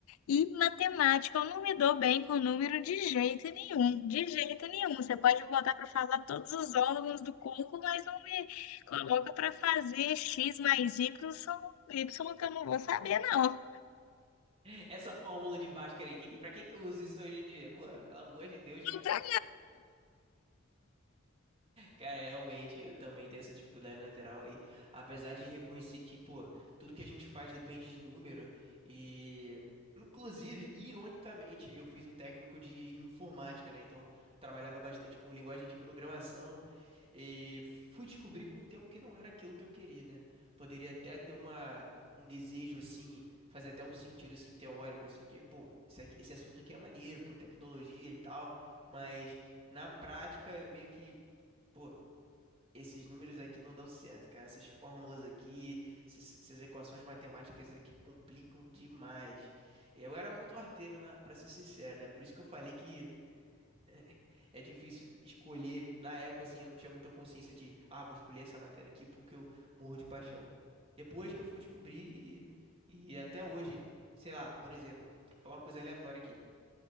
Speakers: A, on the left (about 80°); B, on the right (about 25°).
A: E matemática, eu não me dou bem com número de jeito nenhum, de jeito nenhum. Você pode me botar para falar todos os órgãos do corpo, mas não me coloca para fazer x mais y, são y que eu não vou saber, não.
B: <laughs> Essa fórmula de Bhaskara aí, que, que- pra que que eu uso isso hoje em dia? Pô, pelo amor de Deus, cara.
A: Não tá
B: Cara, realmente, eu também tenho essa dificuldade lateral aí. Apesar de reconhecer que, pô, tudo que a gente faz depende de número. E, inclusive, ironicamente, eu fiz o técnico de informática, né? Então, trabalhava bastante com linguagem de programação. E fui descobrir com o tempo que não era aquilo que eu queria, né? Poderia até ter uma, um desejo, assim, fazer até um sentido, assim, teórico, assim, de, pô. Isso aqui, esse assunto aqui é maneiro, pô, tecnologia e tal, mas na prática eu meio que. pô, esses números aqui não dão certo, cara. Essas fórmulas aqui, esses- essas equações matemáticas aqui complicam demais. Eu era muito arteiro, na, para ser sincero, né? Por isso que eu falei que <laughs> é difícil escolher. Na época, assim, eu não tinha muita consciência de, ah, vou escolher essa matéria aqui porque eu morro de paixão. Depois que eu fui descobrir e, e até hoje, sei lá, por exemplo, vou falar uma coisa aleatória aqui.